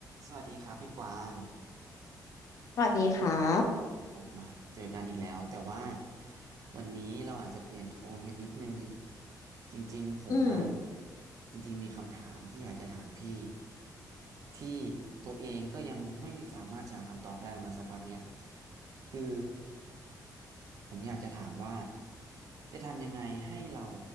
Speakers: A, on the right (about 50°); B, on the left (about 50°).
A: สวัสดีครับพี่กวาง
B: สวัสดีครับ
A: ผมมาเจอกันอีกแล้วแต่ว่าวันนี้เราอาจจะเปลี่ยนโทนกันนิดนึงจริงๆผมอะ
B: อืม
A: จริงๆมีคำถามที่อยากจะถามพี่ที่ตัวเองก็ยังไม่สามารถจะหาคำตอบได้มาสักพักแหละคือผมอยากจะถามว่าจะทำยังไงให้เรา